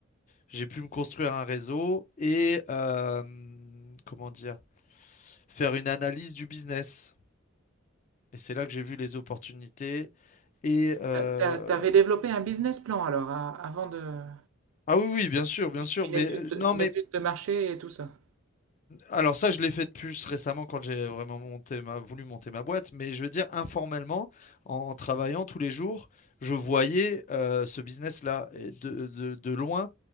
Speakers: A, on the left; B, on the right.
A: J'ai pu me construire un réseau et euh, comment dire, faire une analyse du business. Et c'est là que j'ai vu les opportunités Et euh,
B: T'a- t'a- T'avais développé un business plan alors à- avant de
A: ah oui, oui, bien sûr, bien sûr.
B: une
A: Mais
B: étude,
A: euh, non,
B: une
A: mais
B: étude de marché et tout ça.
A: alors ça, je l'ai fait de plus récemment quand j'ai vraiment monté ma, voulu monter ma boîte. Mais je veux dire informellement, en travaillant tous les jours, je voyais euh, ce business-là et de, de- de loin,